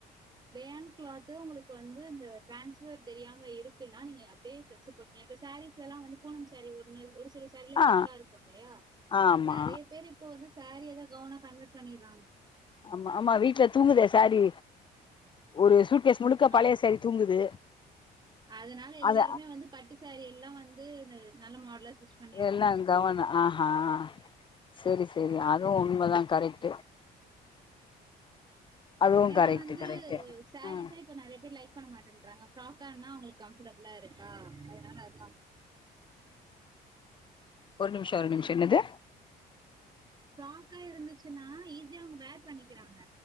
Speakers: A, on the right; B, on the left.
A: ரேயான் கிளாத்து உங்களுக்கு வந்து இந்த டிரான்ஸ்பர் தெரியாம இருக்குன்னா நீங்க அப்டியே தச்சு இப்ப சாரீஸ் எல்லா வந்து பூனம் சாரிஸ் ஒன்னு ஒரு சில சா சரியில
B: ஆ
A: திக்கா இருக்கும் இல்லயா
B: ஆமா
A: நெறைய பேர் இப்ப வந்து சாரி எல்லா கவுனா கன்வெர்ட் பண்ணிறாங்க
B: ஆமா ஆமா வீட்டுல தூங்குதே சாரீ ஒரு சூட் கேஸ் முழுக்க பழைய
A: ஆம்,
B: சாரீ தூங்குது
A: அதனால எல்லாருமே
B: அத
A: வந்து பட்டு சாரி எல்லா வந்து நல்ல மாடலா பண்ணிடுறாங்க
B: எல்லா கவுணா ஆஹ் அஹ் செரி செரி அதுவும் உன்மதா கரெக்ட்டு அதுவு
A: ஏன்னா
B: கரெக்ட்டு
A: வந்து
B: கரெக்ட்டு
A: சாரிஸ்
B: ஆ
A: சே இப்ப நெறைய பேர் லைக் பண்ண மாட்டன்றாங்க ஃப்ராக்கா ஆனா அவங்களுக்கு கம்ஃபர்டபிளா இருக்கா அதனால தா
B: ஒரு நிமிஷ ஒரு நிமிஷ என்னது
A: ஃபிராக்கா இருந்துச்சுன்னா ஈஸியா அவங்க வேர் பண்ணிக்கிறாங்க